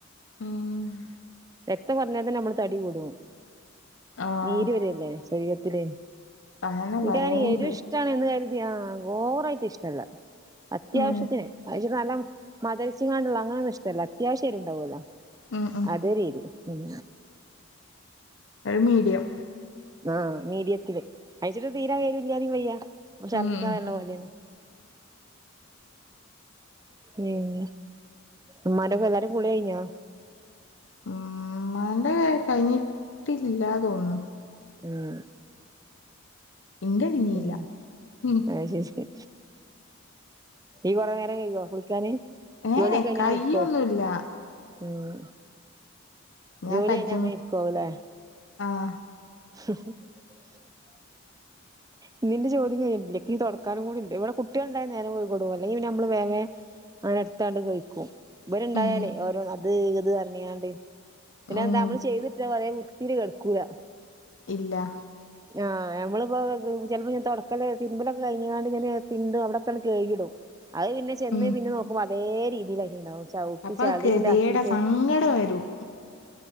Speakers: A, on the left; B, on the right.
A: ഉം
B: രക്തം കൊറഞ്ഞാ തന്നെ നമ്മള് തടി കൂടും
A: ആഹ്
B: നീര് വരല്ലേ ശരീരത്തില്
A: അങ്ങനെ
B: എനിക്കങ്ങനെ
A: പറയണ്ട്
B: എരു ഇഷ്ടാണ് എന്ന് കരുതി ആഹ് ഓവറായിട്ട് ഇഷ്ടല്ല അത്യാവശ്യത്തിന്
A: ഉം
B: അയിച്ചിരി നല്ല മദിരിച്ചിങ്ങാണ്ടുള്ള അങ്ങനൊന്നു ഇഷ്ടല്ല അത്യാവശ്യ എരിവ്ണ്ടാവല്ലോ
A: ഉം ഉം
B: അതെ രീതി ഉം
A: ഒരു മീഡിയം
B: ആഹ് മീഡിയത്തില് അയച്ചിട്ട് തീര എരുല്യാതിം വയ്യ ഛർദ്ദിക്കാ
A: ഉം ഉം
B: വര്ണ പോലെയാണ് ഉം ഉമ്മാന്റൊക്കെല്ലാരും കുളി കയിഞ്ഞോ
A: ഉം ഉമ്മാന്റെ കയ് കയ്ഞ്ഞിട്ടില്ലാ തോന്നുന്നു
B: ഉം
A: ഇന്റെ കഴിഞ്ഞില്ല
B: ഉം
A: ഉം
B: അയ്ശരി ഈ കൊറേ നേരം കയുവോ കുളിക്കാന്
A: ഏഹ്
B: ജോലിയൊക്കെ കഴിഞ്ഞ്
A: കയൊന്നുല്ല
B: അങ്ങനെ ഇരിക്കോ ഉം
A: ഞാൻ
B: ജോലി
A: കജം
B: കഴിഞ്ഞ അങ്ങനെ ഇരിക്കാവുല്ലേ
A: ആഹ്
B: <unintelligible>
A: <inaudible>
B: ഇന്നിന്റെ ജോലിം കയ്യണില്ല ക്കിനി തൊടക്കാനും കൂടിണ്ട് ഇവ്ടെ കുട്ടികള്ണ്ടായ നേരം പോയിക്കൊടുക്കു അല്ലെങ്കി പിന്നമ്മള് വേം വേം അന അടുത്താണ്ട് കയ്ക്കു ഇവര്ണ്ടായാലേ
A: ഉം
B: ഓരോന്ന്, അത്, ഇത് പറഞ്ഞിയാണ്ട്, പിന്നെ
A: ഉം
B: എന്താ നമ്മള് ചെയ്തിട്ടാ പറയും <unintelligible> കെടക്കൂല
A: ഇല്ല
B: ആഹ് ഞമ്മളിപ്പോ ചെലപ്പോ ഞാൻ തൊടക്കല്, തിരുമ്പലൊക്കെ കഴിഞ്ഞ്ങാണ്ട് ഞാന് തിണ്ടും അവിടൊക്കട് കഴികീടും അത് പിന്നെ ചെന്ന്,
A: ഉം
B: പിന്നെ നോക്കുമ്പോ അതേ രീതിലായിട്ട്ണ്ടാവും. ചവുട്ടി
A: അപ്പൊ
B: ചളിണ്ടാക്കിട്ട്
A: ഗതികേടാ സങ്കടം വരും